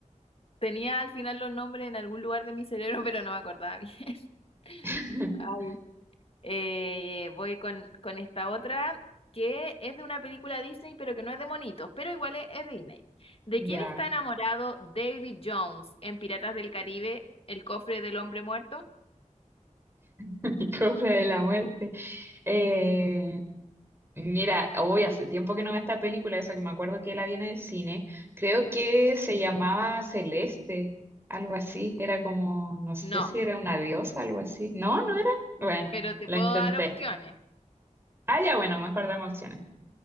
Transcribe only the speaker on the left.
tenía al final los nombres en algún lugar de mi cerebro, <laughs> pero no me acordaba bien. <laughs>
Ay. Eh, voy con, con esta otra que es de una película Disney, pero que no es de monitos, pero igual es, es Disney. ¿De quién
está enamorado David Jones en Piratas del Caribe, el cofre del hombre muerto?
No,
pero te
puedo
dar opciones.